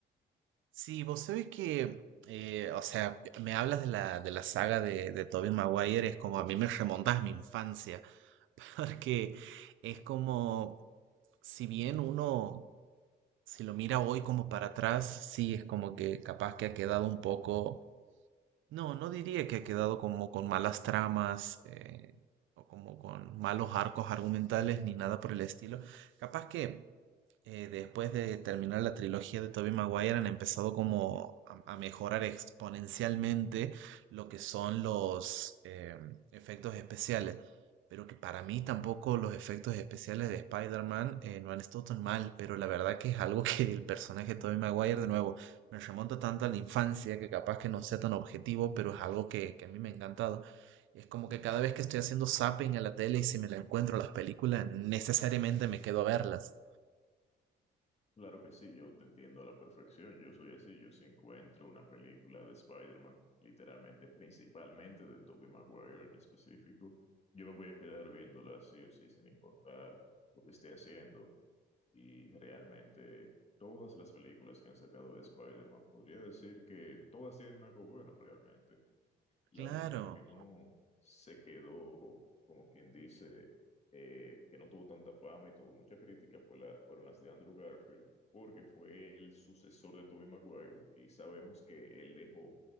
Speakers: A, on the right; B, on the left.
A: Sí, vos sabés que, eh, o sea, me hablas de la, de la saga de, de Tobey Maguire, es como a mí me remontas a mi infancia, <laughs> porque es como, si bien uno, si lo mira hoy como para atrás, sí, es como que capaz que ha quedado un poco, no, no diría que ha quedado como con malas tramas, eh, o como con malos arcos argumentales, ni nada por el estilo. Capaz que eh, después de terminar la trilogía de Tobey Maguire han empezado como a, a mejorar exponencialmente lo que son los eh, efectos especiales. Pero que para mí tampoco los efectos especiales de Spider-Man eh, no han estado tan mal, pero la verdad que es algo <laughs> que el personaje de Tobey Maguire, de nuevo, me remonta tanto a la infancia que capaz que no sea tan objetivo, pero es algo que, que a mí me ha encantado. Y es como que cada vez que estoy haciendo zapping a la tele y si me la encuentro a las películas, necesariamente me quedo a verlas.
B: Claro que sí, yo te entiendo a la perfección. Yo soy así. Yo si encuentro una película de Spider-Man, literalmente, principalmente de Tobey Maguire en específico, yo me voy a quedar viéndola sí o sí, sin importar lo que esté haciendo. Y realmente todas las películas que han sacado de Spider-Man, podría decir que todas tienen algo bueno realmente. La
A: Claro,
B: única que no se quedó, como quien dice, eh, que no tuvo tanta fama y tuvo mucha crítica fue la, fueron las de Andrew Garfield, porque fue el sucesor de Tobey Maguire y sabemos que él dejó